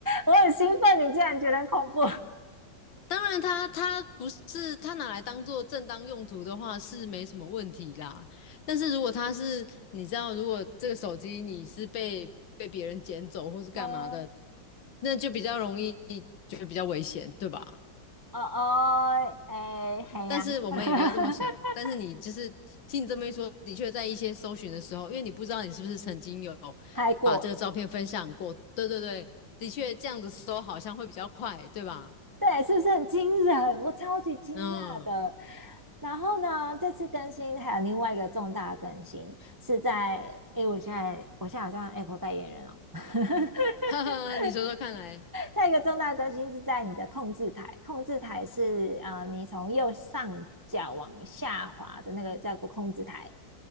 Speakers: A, on the right (about 30°); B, on the left (about 75°).
A: 我很兴奋，你竟然觉得很恐怖？
B: 当然它，它不是它拿来当做正当用途的话是没什么问题啦。但是如果它是你知道，如果这个手机你是被被别人捡走或是干嘛的，
A: 呃，
B: 那就比较容易，就比较危险，对吧？
A: 哦哦，哎，嘿呀
B: 但是我们也不要这么想。
A: <laughs>、
B: 但是你就是听你这么一说，的确在一些搜寻的时候，因为你不知道你是不是曾经有
A: 拍过，
B: 把这个照片分享过。对对对，的确这样子搜好像会比较快，对吧？
A: 对，是不是很惊人？我超级惊讶的。
B: 嗯，
A: 然后呢，这次更新还有另外一个重大的更新是在，诶，我现在我现在好像 Apple 代言人哦。<laughs>
B: <laughs> 哈哈，你说说看来，
A: 它有一个重大的更新是在你的控制台，控制台是啊、呃你从右上角往下滑的那个叫做控制台，